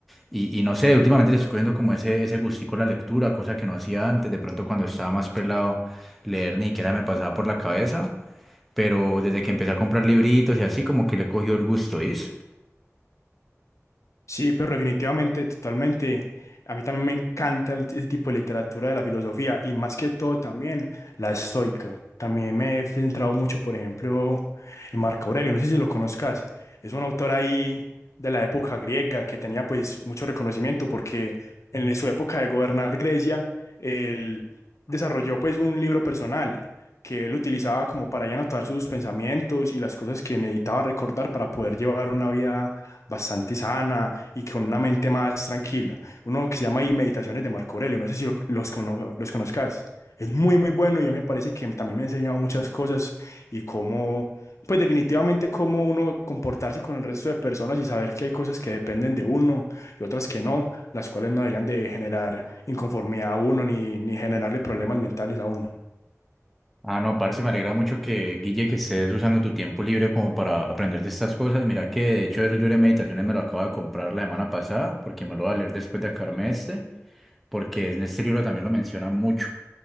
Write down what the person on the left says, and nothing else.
Sí, pero definitivamente, totalmente. A mí también me encanta el- ese tipo de literatura de la filosofía y más que todo también la estoica. También me he centrado mucho, por ejemplo, en Marco Aurelio, no sé si lo conozcas. Es un autor ahí de la época griega que tenía pues mucho reconocimiento porque en su época de gobernar Grecia, él desarrolló pues un libro personal que él utilizaba como para ahí anotar sus pensamientos y las cosas que necesitaba recordar para poder llevar una vida bastante sana y con una mente más tranquila. Uno que se llama ahí Meditaciones de Marco Aurelio, no sé si lo- los, cono- los conozcas. Es muy, muy bueno y a mí me parece que también me ha enseñado muchas cosas y cómo, pues definitivamente cómo uno comportarse con el resto de personas y saber que hay cosas que dependen de uno y otras que no, las cuales no deberían de generar inconformidad a uno ni, ni generarle problemas mentales a uno.